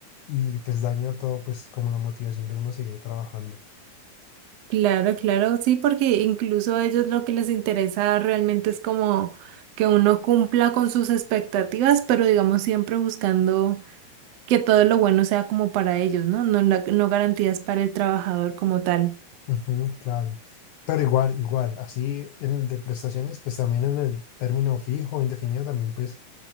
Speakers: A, on the left; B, on the right.
A: y pues daña todo pues como la motivación de uno a seguir trabajando.
B: claro, claro, sí, porque incluso a ellos lo que les interesa realmente es como que uno cumpla con sus expectativas, pero digamos siempre buscando que todo lo bueno sea como para ellos, ¿no? No, no, no garantías para el trabajador como tal.
A: Ujú, claro. Pero igual, igual, así en el de prestaciones, pues también en el término fijo, indefinido, también pues